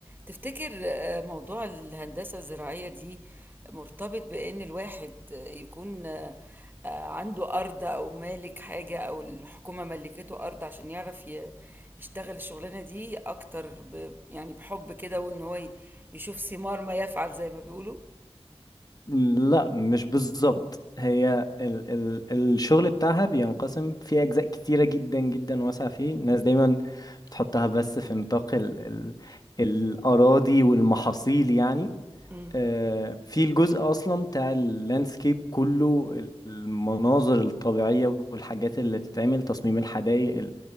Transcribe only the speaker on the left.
لا مش بالظبط هي ال ال الشغل بتاعها بينقسم في أجزاء كتيرة جدا جدا واسعة فيه الناس دايما بتحطها بس في نطاق ال ال الأراضي والمحاصيل يعني
آه، في الجزء أصلا بتاع اللاندسكيب كله المناظر الطبيعية والحاجات اللي بتتعمل تصميم الحدائق